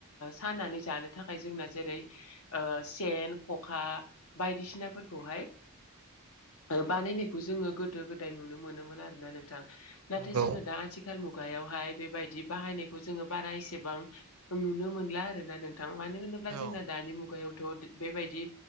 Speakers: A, on the left; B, on the right.
A: सानानै जानो थाखाय जों जोंना जेरै सेन खखा बायदिसिनाफोरखौहाय
B: <unintelligible>
A: बानायनायखौ जोङो गोदो गोदाय नुनो मोनोमोन आर ना नोंथां नाथाय
B: नंगौ
A: जोङो दा आथिखाल मुग खुगायावहाय बेबायदि बाहायनायखौ जोङो बारा एसेबां नुनो मोनला आरोना नोंथां थां मानो होनोब्ला जोंना
B: औ
A: दानि मुगायाव बेबायदि